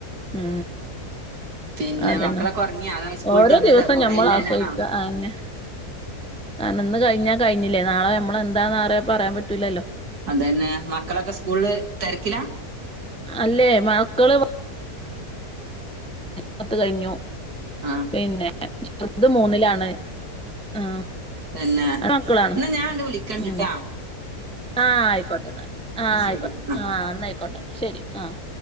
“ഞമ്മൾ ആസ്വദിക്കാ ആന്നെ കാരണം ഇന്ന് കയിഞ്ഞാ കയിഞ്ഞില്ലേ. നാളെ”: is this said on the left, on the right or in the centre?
Centre